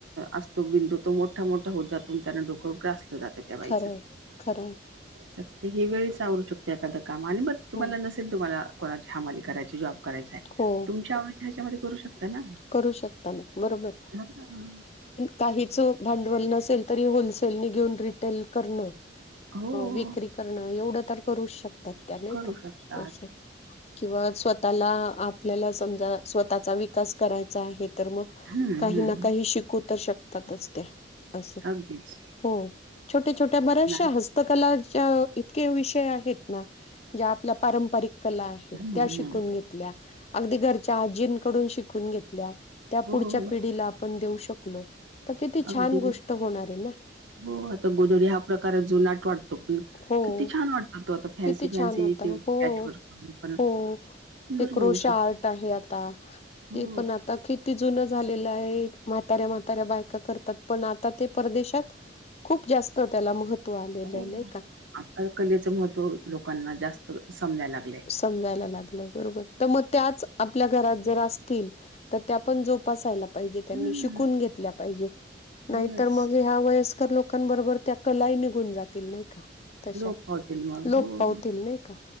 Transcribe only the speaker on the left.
खरंय खरंय
हो
हो
करू शकता ना, बरोबर
काहीच भांडवल नसेल तरी होलसेल ने घेऊन रिटेल करण
विक्री करण. करण एवढ तर करूच शकतात त्या, नाही
का?
अस. किंवा स्वतःला, आपल्याला समजा स्वतःचा विकास करायचा आहे. तर मग
काही
ना काही शिकू तर शकतातच ते. अस
हो, छोट्या-छोट्या बऱ्याचश्या
हस्तकला. इतके विषय आहेत ना, ज्या आपल्या पारंपरिक कला आहेत,
त्या
शिकून घेत अगदी घरच्या आजींकडून शिकून घेतल्या त्या
पुढच्या
पिढीला आपण देऊ शकलो, तर किती
छान गोष्ट होणार आहे ना?
हो,
किती
छान आता.
हो,
हो.
ते क्रोशाआर्ट
आहे आता
ते पण आता कि ती जुन झालेल आहे. म्हाताऱ्या म्हाताऱ्या बायका करतात पण, आता ते परदेशात खूप जास्त त्याला महत्व आलेल
आहे नाही
का?
समजायला लागलय बरोबर तर मग त्याच आपल्या घरात जर असतील, तर त्या पण जोपासायला पाहिजे त्यांनी
शिकून घेतल्या पाहिजे, त्यांनी नाही
तर मग हे ह्या वयस्कर लोकांबरोबर त्या कलाही निघून जातील नाही का? तश्या
लोपपावतील
नाही का?